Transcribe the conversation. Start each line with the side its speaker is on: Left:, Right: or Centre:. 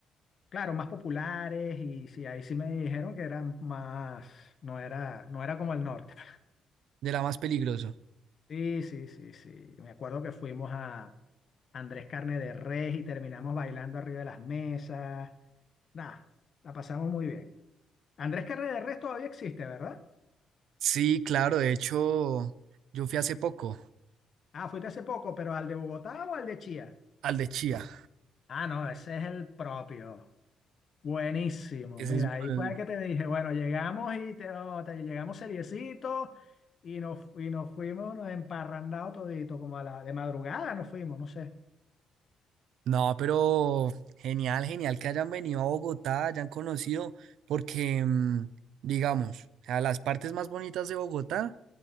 Left: claro, más populares y sí, ahí sí me dijeron que eran más, no era, no era como el norte. <laughs>
Right: de la más peligroso.
Left: Sí, sí, sí, sí. Me acuerdo que fuimos a Andrés Carne de Res y terminamos bailando arriba de las mesas. Nada, la pasamos muy bien. Andrés Carne de Res todavía existe, ¿verdad?
Right: Sí, claro, de hecho, yo fui hace poco
Left: Ah, fuiste hace poco, pero ¿al de Bogotá o al de Chía?
Right: al de Chía.
Left: Ah, no, ese es el propio. Buenísimo.
Right: Ese
Left: Mira,
Right: es, eh,
Left: ahí fue que te dije, bueno, llegamos y te, oh, te- llegamos seriecitos y nos, y nos fuimos nos emparrandados todito, como a la de madrugada nos fuimos, no sé.
Right: no, pero genial, genial que hayan venido a Bogotá, hayan conocido, porque, mm, digamos, o sea, las partes más bonitas de Bogotá,